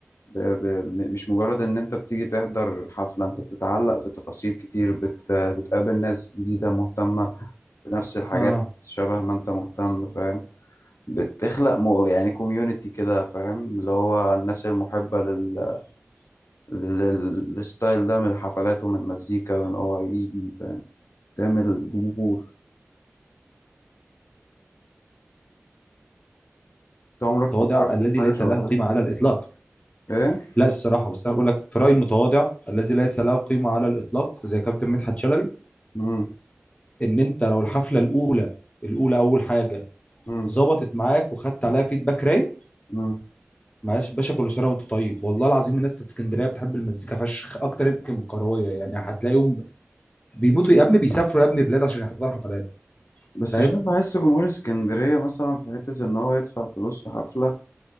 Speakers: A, on the left (about 80°); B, on the left (about 30°).
A: ب... ب... م- مش مجرد ان انت بتيجي تحضر حفلة انت بتتعلق بتفاصيل كتير بت... بتقابل ناس جديدة مهتمة بنفس الحاجات
B: اه
A: شبه ما انت مهتم فاهم بتخلق مو يعني كوميونتي كده فاهم اللي هو الناس المحبة لل... لل... للستايل ده من الحفلات ومن المزيكا وان هو يجي فاهم تعمل جمهور انت عمرك
B: المتواضع
A: فكرت
B: الذي
A: في حاجة
B: ليس
A: شبه
B: له
A: كده؟
B: قيمة على الإطلاق
A: ايه؟
B: لا الصراحة بس أنا بقول لك في رأيي المتواضع الذي ليس له قيمة على الإطلاق زي كابتن مدحت شلبي
A: مم.
B: إن أنت لو الحفلة الأولى الأولى أول حاجة
A: مم.
B: ظبطت معاك وخدت عليها فيدباك رايق
A: مم.
B: معلش باشا كل سنة وأنت طيب والله العظيم الناس بتاعت اسكندرية بتحب المزيكا فشخ أكتر يمكن من الكروية يعني هتلاقيهم بيموتوا يا ابني بيسافروا يا ابني بلاد عشان يحضروا حفلات
A: بس
B: فاهم
A: شايف بحس جمهور اسكندرية مثلا في حتة إن هو يدفع فلوس في حفلة